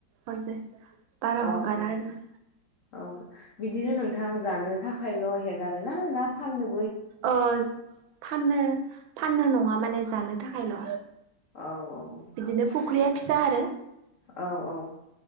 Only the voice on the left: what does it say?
औ
औ औ बिदिनो नोंथां जानो थाखायल' हेगार ना ना फानो
औ औ
औ औ